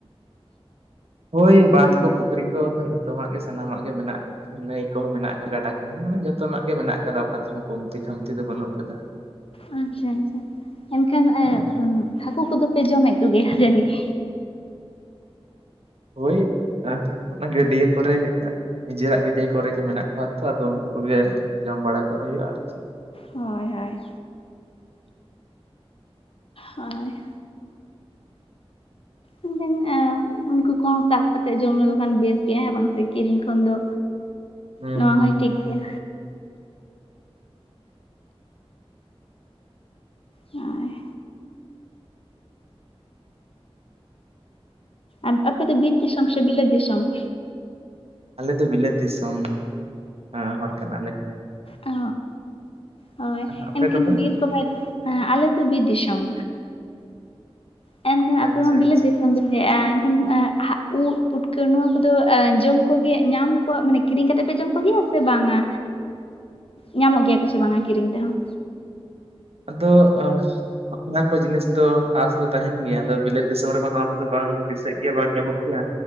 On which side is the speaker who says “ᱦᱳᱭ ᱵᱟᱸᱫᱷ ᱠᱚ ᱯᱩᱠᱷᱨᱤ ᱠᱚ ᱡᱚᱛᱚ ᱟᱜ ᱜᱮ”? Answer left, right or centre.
Right